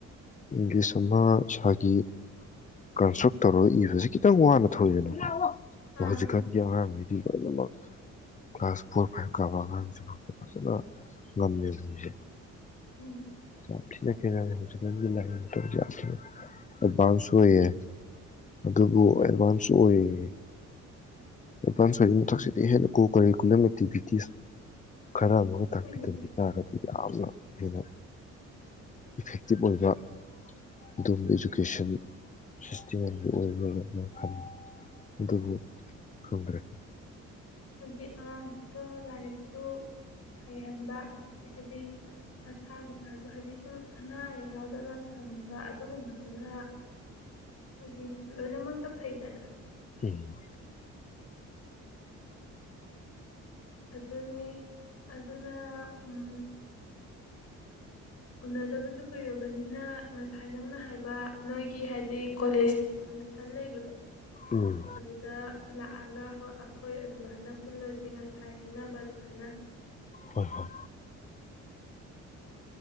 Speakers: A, on the left (about 25°); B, on the left (about 55°).
A: ꯏꯪꯂꯤꯁ ꯑꯃ ꯏꯁꯥꯒꯤ ꯀꯟꯁꯇ꯭ꯔꯛ ꯇꯧꯔꯒ ꯏꯕꯁꯤ ꯈꯤꯇꯪ ꯋꯥꯅ ꯊꯧꯋꯏꯗꯅ
B: ꯑꯥ
A: ꯁꯍꯖꯤ ꯀꯥꯟ ꯀꯌꯥ ꯑꯃ ꯃꯤ ꯂꯣꯏꯅꯃꯛ ꯀ꯭ꯂꯥꯁ ꯐꯣꯔ ꯐꯥꯏꯚ ꯀꯥꯕ ꯑꯉꯥꯡꯁꯤꯐꯥꯎꯗ ꯐꯖꯅ ꯉꯝꯃꯦꯕꯥ ꯃꯣꯏꯖꯦ
B: ꯎꯝ
A: ꯆ ꯍꯧꯖꯤꯛꯀꯥꯟꯒꯤ ꯂꯥꯏꯔꯤꯁꯦ ꯌꯥꯝ ꯊꯤꯅ ꯑꯦꯗꯚꯥꯟꯁ ꯑꯣꯏꯌꯦ ꯑꯗꯨꯕꯨ ꯑꯦꯗꯚꯥꯟꯁ ꯑꯣꯏꯌꯦ ꯑꯦꯗꯚꯥꯟꯁ ꯑꯣꯏꯔꯤ ꯃꯊꯛꯁꯤꯗꯤ ꯍꯦꯟꯅ ꯀꯣ ꯀꯔꯤꯀꯨꯂꯝ ꯑꯦꯛꯇꯤꯚꯤꯇꯤꯁ ꯈꯔ ꯑꯃ
B: ꯍꯣꯏꯅꯦ
A: ꯄꯤꯇꯝꯕꯤ ꯇꯥꯔꯒꯗꯤ ꯌꯥꯝꯅ ꯍꯦꯟꯅ ꯏꯐꯦꯛꯇꯤꯞ ꯑꯣꯏꯕ ꯑꯗꯨꯒꯕ ꯏꯗꯨꯀꯦꯁꯟ ꯁꯤꯁꯇꯦꯝ ꯑꯃꯗꯤ ꯑꯣꯏꯒ꯭ꯔꯅ ꯈꯟꯕ ꯑꯗꯨꯕꯨ ꯈꯪꯗ꯭ꯔꯦ
B: ꯍꯥꯏꯗꯤ ꯑꯉꯥꯡꯈꯩꯗꯣ ꯂꯥꯏꯔꯤꯛꯁꯨ ꯍꯩꯍꯟꯕ ꯑꯗꯒꯤ ꯍꯥꯏꯗꯤ ꯃꯁꯥ ꯀꯩꯀꯥꯁꯨ ꯍꯥꯏꯗꯤ ꯁꯨꯝ ꯑꯅꯥ ꯑꯌꯦꯛ ꯌꯥꯎꯗꯅ ꯊꯝꯕ ꯑꯗꯨꯒꯨꯝꯕꯗꯨꯅ ꯍꯥꯏꯗꯤ ꯂꯣꯏꯅꯃꯛꯇ ꯐꯩꯗꯅ
A: ꯎꯝ
B: ꯑꯗꯨꯅꯦ ꯑꯗꯨꯅ ꯎꯝ ꯎꯅꯗꯕꯁꯨ ꯀꯨꯏꯔꯕꯅꯤꯅ ꯉꯁꯥꯏ ꯅꯪꯅ ꯍꯥꯏꯕ ꯅꯣꯏꯒꯤ ꯍꯥꯏꯗꯤ ꯀꯣꯂꯦꯖꯀꯤ ꯐꯪꯁꯟ ꯂꯩꯕꯗꯣ
A: ꯎꯝ
B: ꯑꯗꯨꯗ ꯂꯥꯛꯑꯒ ꯍꯣ ꯑꯩꯈꯣꯏ ꯑꯗꯨꯃꯥꯏꯅ ꯄꯨꯜꯂꯁꯤ ꯉꯁꯥꯏ ꯍꯥꯏꯅꯕ ꯑꯗꯨꯃꯥꯏꯅ
A: ꯍꯣꯏ ꯍꯣꯏ